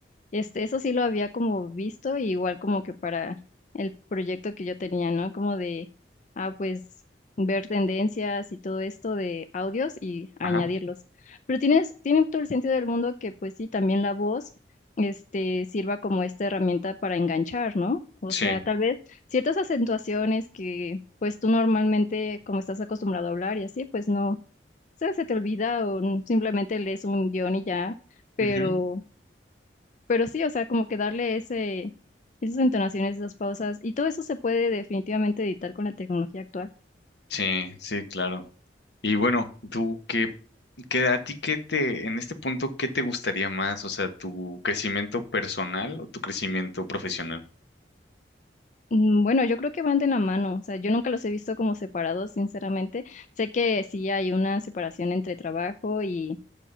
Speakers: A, on the left; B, on the left.
A: Este, eso sí lo había como visto, igual como que para el proyecto que yo tenía, ¿no? Como de, ah, pues ver tendencias y todo esto de audios y añadirlos.
B: ajá,
A: Pero tienes, tiene todo el sentido del mundo que pues sí, también la voz, este, sirva como esta herramienta para enganchar, ¿no? O
B: sí,
A: sea, tal vez ciertas acentuaciones que pues tú normalmente, como estás acostumbrado a hablar y así, pues no, o sea, se te olvida o n- simplemente lees un guión y ya, pero
B: ujú,
A: pero sí, o sea, como que darle ese, esas entonaciones, esas pausas, y todo eso se puede definitivamente editar con la tecnología actual.
B: sí, sí, claro. Y bueno, tú qué, qué a ti qué te, en este punto, ¿qué te gustaría más? O sea, tu crecimiento personal o tu crecimiento profesional.
A: Mm, Bueno, yo creo que van de la mano, o sea, yo nunca los he visto como separados, sinceramente. Sé que sí hay una separación entre trabajo y,